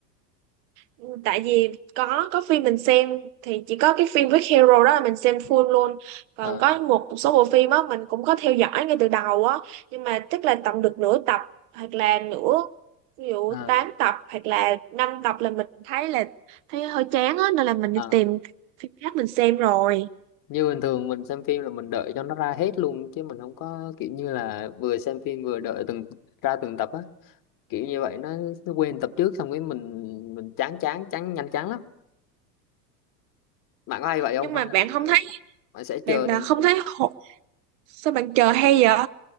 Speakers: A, on the right; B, on the left.
A: Ừ, tại vì có có phim mình xem thì chỉ có cái phim với hero đó là mình xem full luôn còn
B: ờ
A: có một số bộ phim á mình cũng có theo dõi ngay từ đầu á nhưng mà chắc là tầm được nửa tập hoặc là nửa ví dụ
B: ờ
A: 8 tập hoặc là 5 tập là mình thấy là thấy hơi chán á nên là mình
B: ờ.
A: đi tìm phim khác mình xem rồi
B: như bình thường mình xem phim là mình đợi cho nó ra hết luôn chứ mình không có kiểu như là vừa xem phim vừa đợi từng ra từng tập á kiểu như vậy nó nó quên tập trước xong cái mình mình chán chán chán nhanh chán lắm bạn có hay vậy
A: nhưng
B: không
A: mà
B: hay
A: bạn
B: là
A: không
B: ờ,
A: thấy
B: bạn sẽ
A: bạn
B: chờ
A: bạn
B: từng
A: không
B: từng
A: thấy hổ- sao bạn chờ hay vậy